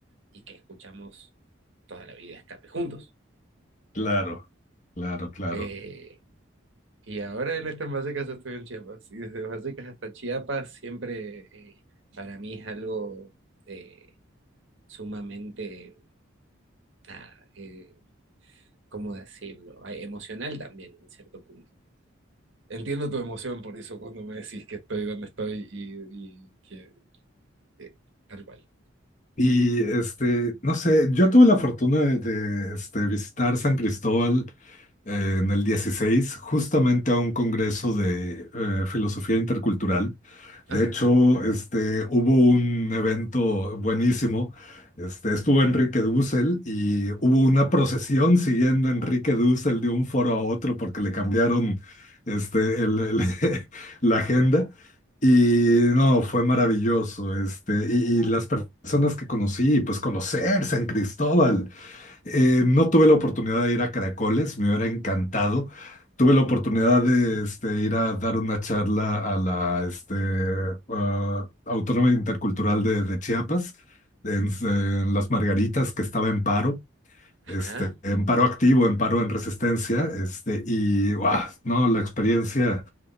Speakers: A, on the right (about 65°); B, on the left (about 35°).
A: y que escuchamos toda la vida Escape juntos.
B: Claro, claro, claro.
A: Eh, y ahora él está en Vallecas, yo estoy en Chiapas. Y desde Vallecas hasta Chiapas siempre eh, para mí es algo eh, sumamente, nada, eh, ¿cómo decirlo? Ah, Emocional también, en cierto punto. Entiendo tu emoción por eso cuando me decís que estoy donde estoy y, y que eh, tal cual.
B: Y este, no sé, yo tuve la fortuna de, de, este, visitar San Cristóbal eh, en el 16 justamente a un congreso de eh, filosofía intercultural. De
A: Ajá.
B: hecho, este, hubo un evento buenísimo. Este, estuvo Enrique Dussel y hubo una procesión siguiendo a Enrique Dussel de un foro a otro porque le cambiaron este, el- el- <laughs> la agenda. Y no, fue maravilloso, este, y, y las per- personas que conocí, pues conocer San Cristóbal. Eh, no tuve la oportunidad de ir a Caracoles, me hubiera encantado. Tuve la oportunidad
A: Ajá.
B: de este, ir a dar una charla a la este, ah, Autónoma Intercultural de, de Chiapas, en, en Las Margaritas, que estaba en paro,
A: Ajá.
B: este, en paro activo, en paro en resistencia, este, y wow, no, la experiencia
A: Wow.